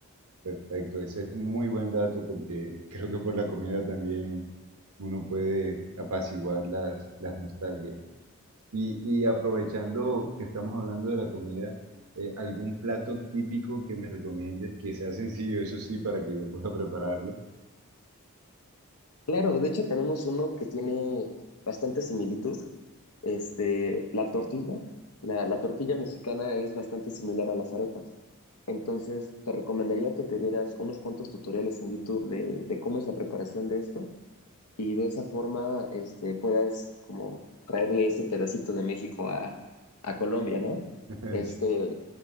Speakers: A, on the right; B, on the left.
A: Perfecto, ese es un muy buen dato porque <laughs> creo que por la comida también uno puede apaciguar las, las nostalgias. Y, y aprovechando que estamos hablando de la comida, eh, ¿algún plato típico que me recomiendes que sea sencillo, eso sí, para que yo pueda prepararlo?
B: Claro, de hecho tenemos uno que tiene bastante similitud. Este, la tortilla, la, la tortilla mexicana es bastante similar a las arepas. Entonces, te recomendaría que te vieras unos cuantos tutoriales en YouTube de, de cómo es la preparación de esto y de esa forma este, puedas como traerle ese pedacito de México a, a Colombia, ¿no?
A: <laughs>
B: Este,